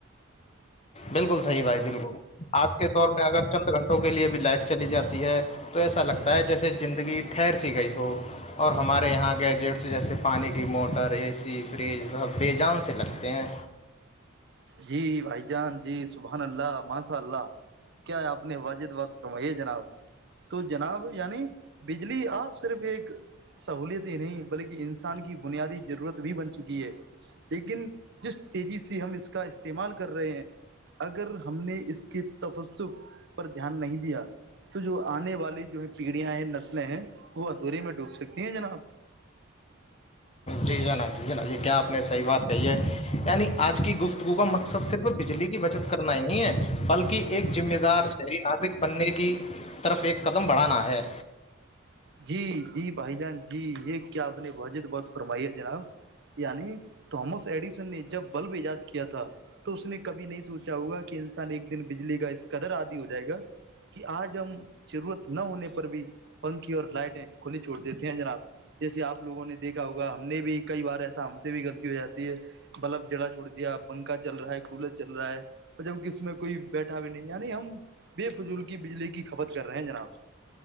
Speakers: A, on the left (about 30°); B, on the right (about 60°).
A: بالکل صحیح بھائی بالکل آج کے دور میں اگر چند گھنٹوں کے لیے بھی لائٹ چلی جاتی ہے تو ایسا لگتا ہے جیسے زندگی ٹھہر سی گئی ہو اور ہمارے یہاں گیجٹس جیسے پانی کی موٹر اے سی فریج سب بے جان سے لگتے ہیں
B: جی بھائی جان جی سبحان اللہ مانساء اللہ کیا ہے آپ نے واجد بات فرمائیے جناب تو جناب یعنی بجلی آ صرف ایک سہولت ہی نہیں بلکہ انسان کی بنیادی ضرورت بھی بن چکی ہے لیکن جس تیزی سے ہم اس کا استعمال کر رہے ہیں اگر ہم نے اس کے تفسف پر دھیان نہیں دیا تو جو آنے والی جو ہے پیڑیاں ہیں نسلیں ہیں وہ اندورے میں ڈوب سکتی ہیں جنا
A: جی جناب جی جناب یہ کیا آپ نے صحیح بات کہی ہے یعنی آج کی گفتگو کا مقصد صرف بجلی کی بچت کرنا ہی نہیں ہے بلکہ ایک ذمہ دار شہری ناظرک بننے کی طرف ایک قدم بڑھانا ہے
B: جی جی بھائی جان جی یہ کیا آپ نے واجد بہت فرمائی ہے جناب یعنی تھامس ایڈیسن نے جب بلب ایجاد کیا تھا تو اس نے کبھی نہیں سوچا چاہوں گا کہ انسان ایک دن بجلی کا قدر آدی ہو جائے گا کہ آج ہم ضرورت نہ ہونے پر بھی پنکھی اور لائٹیں کھلی چھوڑ دیتے ہیں جناب جیسے آپ لگوں نے دیکا ہوگا ہم نے بھی کئی بار ای آام سے بھی غلطی ہو جاتی ہے بلب جڑا چھوڑ دیا پنکھا چل رہا ہے کول چل رہا ہے اور جب کہ اس میں کوئی بیٹھا بھی نہیں یعنی ہم بے فضول کی بجلی کی کھپت کر رہے ہیں جناب